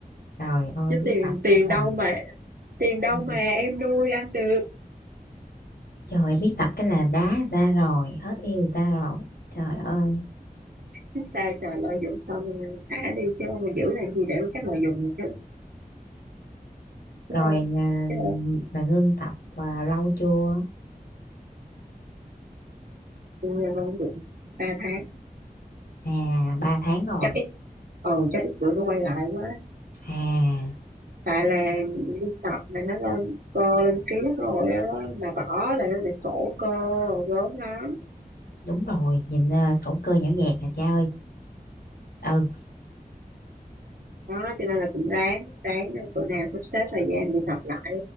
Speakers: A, on the left; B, on the right.
A: trời ơi
B: chứ
A: biết
B: tiền
A: tập
B: tiền
A: cái là
B: đâu mà tiền đâu
A: ừ.
B: mà em nuôi anh được
A: trời ơi, biết tập cái là đá người ta rồi hết yêu người ta rồi trời ơi
B: chứ sao trời lợi dụng xong rồi thả đi chứ mà giữ làm gì để các lợi dụng này chứ đúng
A: rồi
B: không
A: à,
B: chứ ở
A: là ngưng tập à, lâu chưa
B: tụi luôn được ba tháng
A: à ba tháng rồi
B: chắc ít ồ chắc ít bữa nó quay lại quá
A: à
B: tại là đi tập mà nó lên cơ lên ký rồi á mà bỏ là nó lại sổ cơ rồi gớm lắm
A: đúng rồi nhìn ờ, sổ cơ nhỏ nhẹt hả cha ơi ừ,
B: đó cho nên là cũng ráng ráng bữa nào sắp xếp thời gian đi tập lại